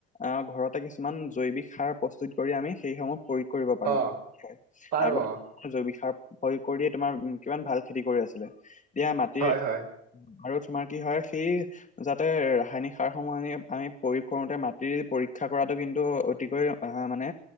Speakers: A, on the left (about 20°); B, on the right (about 60°).
A: আহ ঘৰতে কিছুমান জৈৱিক সাৰ প্ৰস্তুত কৰি আমি সেইসমূহ প্ৰয়োগ কৰিব পাৰো
B: অ
A: হয়
B: পাৰো
A: আগত
B: অ
A: জৈৱিক সাৰ প্ৰয়োগ কৰিয়েই তোমাৰ কিমান ভাল খেতি কৰি আছিলে এতিয়া মাটিৰ
B: হয় হয়
A: আৰু তোমাৰ কি হয় সেই যাতে ৰাসায়নিক সাৰ সমহি আমি প্ৰয়োগ কৰোতে মাটি পৰীক্ষা কৰাতটো কিন্তু অতিকৈ অ, মানে